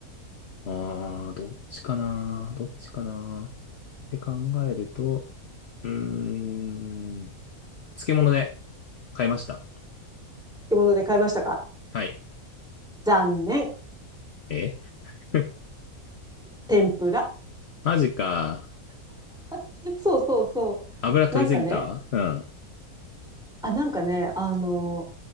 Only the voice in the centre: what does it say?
漬物で買いましたか
残念。
天ぷら。
<laughs> そうそうそう。
なんかね、あ、なんかね、あの、